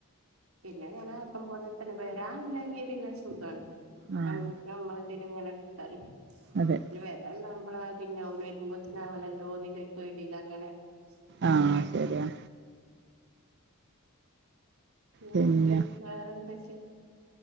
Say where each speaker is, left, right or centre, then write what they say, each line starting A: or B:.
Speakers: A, on the right; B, on the right.
A: പിന്നെ ഞാൻ ആക്കം പോലെ വരാല്ലെങ്കിൽ പിന്നെ സുഖമാണ്
B: ആഹ്
A: നമ്മുക്ക് നമ്മള ഇതി ഇങ്ങനെ ഇട്ടാല്
B: അതെ
A: വേരാൻ ഉണ്ടാവുമ്പോള പിന്നെ അവര് വരുമ്പോതിന് അവണല്ലോ തോണിട്ട് ഒരു പോടിയിൽ അങ്ങനെ നിക്ക
B: ആഹ് ശരിയാ
A: ഇന്നിട്ട്
B: പിന്നെ
A: വേറെ എന്തെക്കൊ